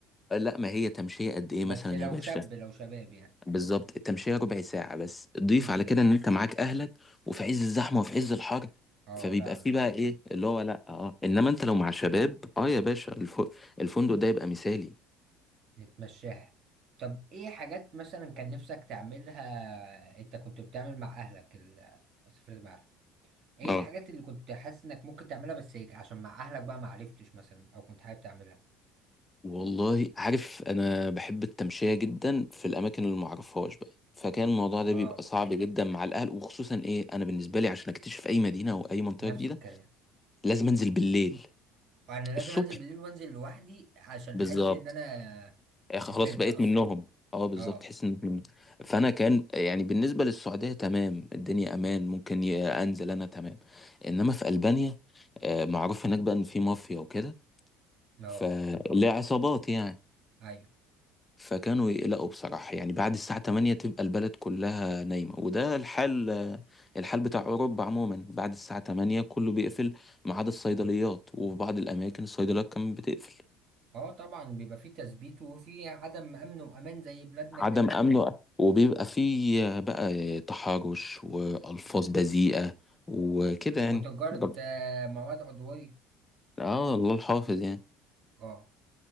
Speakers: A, on the left; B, on the right.
A: آه، لا ما هي تمشية قد ايه
B: بس
A: مثلا
B: لو
A: يا باشا
B: شاب لو شباب يعني
A: بالظبط التمشية ربع ساعة بس ضيف
B: مم.
A: على كده ان انت معاك اهلك وفي عز الزحمة وفي عز الحر
B: اه
A: فبيبقى
B: لا
A: فيه
B: لا
A: بقى ايه اللي هو لا اه انما انت
B: مم.
A: لو مع شباب اه يا باشا الف... الفندق ده يبقى مثالي
B: نتمشاها طب ايه حاجات مثلا كان نفسك تعملها انت كنت بتعمل مع اهلك ال... سافرت مع اهلك ايه
A: اه
B: الحاجات اللي كنت حاسس انك ممكن تعملها بس هيك عشان مع اهلك بقى ما عرفتش مثلا او كنت حابب تعملها
A: والله عارف انا بحب التمشية جدا في الاماكن اللي معرفهاش بقى فكان الموضوع ده
B: اه
A: بيبقى صعب جدا مع الاهل وخصوصا ايه انا بالنسبة لي عشان اكتشف اي مدينة او اي منطقة
B: نفس
A: جديدة
B: الكلام
A: لازم انزل بالليل
B: وانا لازم
A: الصبح
B: انزل بالليل وانزل لوحدي عشان
A: بالظبط
B: احس ان انا
A: آه،
B: سافرت
A: خلاص بقيت
B: اصلا
A: منهم اه بالظبط
B: اه
A: تحس ان إحنا- فانا كان يعني بالنسبه للسعوديه تمام الدنيا امان ممكن ي- انزل انا تمام انما في البانيا آه، معروف هناك بقى ان في مافيا وكده
B: اه
A: فليه عصابات يعني
B: ايوه
A: فكانوا يقلقوا بصراحه يعني بعد الساعه 8 تبقى البلد كلها نايمه وده الحال آه، الحال بتاع اوروبا عموما بعد الساعه 8 كله بيقفل ما عدا الصيدليات وفي بعض الاماكن الصيدليات كمان بتقفل
B: اه طبعا بيبقى فيه تثبيت وفيه عدم امن وامان زي بلادنا
A: عدم
B: الجميله
A: امنه وبيبقى فيه بقى تحرش والفاظ بذيئه وكده يعني
B: وتجاره
A: رب...
B: آه، مواد عضويه
A: اه الله الحافظ يعني
B: اه